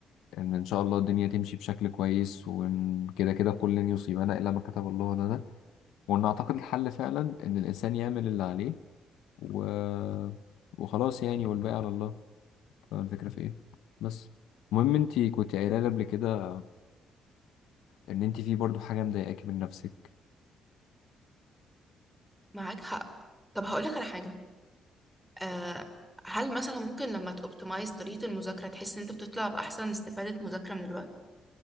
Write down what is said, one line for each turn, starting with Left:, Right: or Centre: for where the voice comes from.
Left: ان ان شاء الله الدنيا تمشي بشكل كويس وان كده كده كل لن يصيبنا الا ما كتب الله لنا وان اعتقد الحل فعلا ان الانسان يعمل اللي عليه و... وخلاص يعني والباقي على الله الفكرة في ايه بس المهم انت كنت قايله لي قبل كده ان انت في برضو حاجه مضايقاكي من نفسك
Centre: معاك حق طب هقولك على حاجة آه، هل مثلا ممكن لما تأوبتمايز طريقة المذاكرة تحس ان انت بتطلع بأحسن استفادة مذاكرة من الوقت